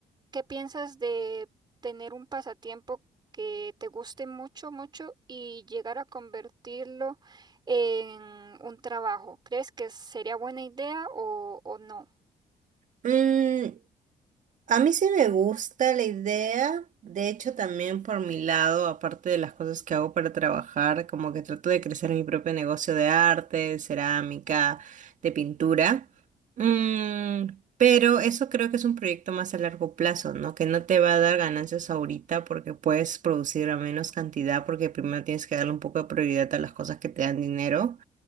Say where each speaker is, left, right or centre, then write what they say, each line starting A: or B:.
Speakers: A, on the right; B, on the right.
A: ¿qué piensas de tener un pasatiempo que te guste mucho, mucho y llegar a convertirlo en un trabajo? ¿Crees que sería buena idea o, o no?
B: dime. A mí sí me gusta la idea, de hecho también por mi lado, aparte de las cosas que hago para trabajar, como que trato de crecer mi propio negocio de arte, de cerámica, de pintura. Mm, pero eso creo que es un proyecto más a largo plazo, ¿no? Que no te va a dar ganancias ahorita porque puedes producir a menos cantidad porque primero tienes que darle un poco de prioridad a las cosas que te dan dinero.